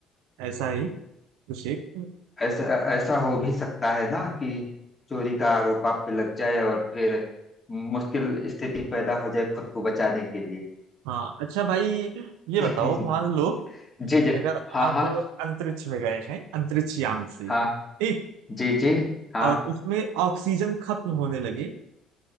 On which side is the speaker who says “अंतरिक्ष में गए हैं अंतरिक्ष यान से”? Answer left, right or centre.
Right